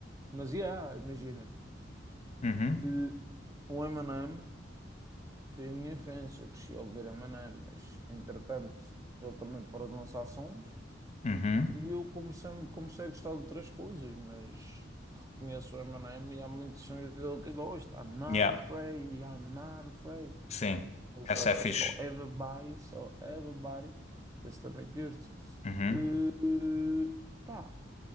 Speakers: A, on the right (about 15°); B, on the left (about 35°).
A: Mas, yeah, imagina.
B: Uhum.
A: Eh, O Eminem foi a minha infância, eu cresci a ouvir Eminem, mas entretanto ele também parou de lançar sons
B: Uhum.
A: e eu comecei, comecei a gostar de outras coisas, mas reconheço o Eminem e há muitos sons dele que eu gosto. I'm not
B: Yeah.
A: afraid, I'm not afraid.
B: Sim,
A: Ele
B: essa
A: só quer
B: é fixe.
A: só everybody, só everybody. Esse também curto.
B: Uhum.
A: Eh, pá,